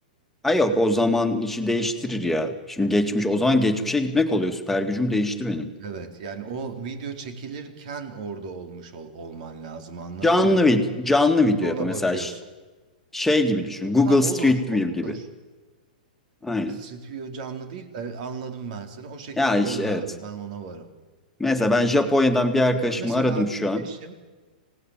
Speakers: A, in the centre; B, on the right (about 60°).
A: Ay yok o zaman işi değiştirir ya. Şimdi geçmiş o zaman geçmişe gitmek oluyor. Süper gücüm değişti benim.
B: Evet yani o video çekilirken orada olmuş ol- olman lazım anladın
A: Canlı
B: mı?
A: vid canlı
B: Çünkü
A: video
B: ona
A: yap mesela
B: bakıyorsun.
A: ş- şey gibi düşün. Google
B: Ha olur
A: Street
B: olur.
A: View gibi. Aynen.
B: Stüdyo canlı değil de anladım ben seni. O şekilde
A: Ya iş,
B: olur
A: evet.
B: abi ben ona varım.
A: Mesela ben Japonya'dan bir arkadaşımı
B: Ya mesela
A: aradım
B: abi
A: şu an.
B: eşim